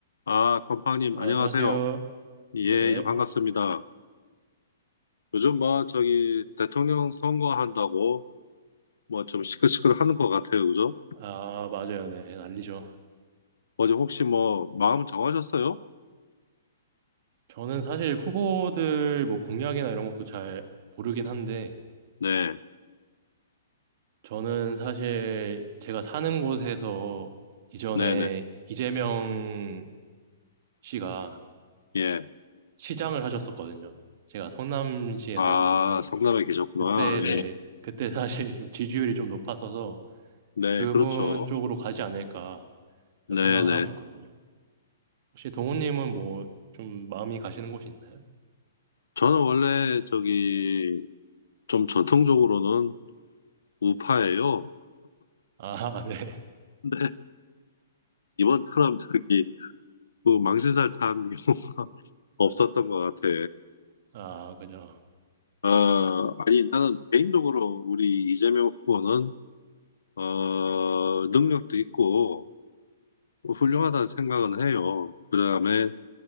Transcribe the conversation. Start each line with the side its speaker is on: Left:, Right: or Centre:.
Left: 아, 건빵님,
Right: 아,
Left: 안녕하세요.
Right: 안녕하세요.
Left: 예,
Right: 네.
Left: 예, 반갑습니다. 요즘 뭐, 저기, 대통령 선거한다고, 뭐, 좀 시끌시끌 하는 것 같아요, 그죠?
Right: 아, 맞아요. 네. 알리죠.
Left: 어제 혹시 뭐, 마음 정하셨어요?
Right: 저는 사실 후보들 뭐 공약이나 이런 것도 잘 모르긴 한데,
Left: 네,
Right: 저는 사실 제가 사는 곳에서 이전에
Left: 네네,
Right: 이재명 씨가
Left: 예.
Right: 시장을 하셨었거든요. 제가 성남시에
Left: 아,
Right: 살고 있어서.
Left: 성남에 계셨구나.
Right: 그때, 네.
Left: 예.
Right: 그때 사실 좀 지지율이 좀 높았어서
Left: 네,
Right: 그분
Left: 그렇죠.
Right: 쪽으로 가지 않을까 저는
Left: 네네.
Right: 생각을 하고 있거든요. 혹시 동훈님은 뭐 좀 마음이 가시는 곳이 있나요?
Left: 저는 원래, 저기, 좀 전통적으로는 우파예요.
Right: 아, <laughs> 네.
Left: 근데, 이번 처럼 저기, 그 망신살 탄 게 <laughs> 없었던
Right: 아,
Left: 것 같아.
Right: 아, 그죠.
Left: 어, 아니, 나는 개인적으로 우리 이재명 후보는, 어, 능력도 있고, 훌륭하다는 생각은 해요. 그 다음에,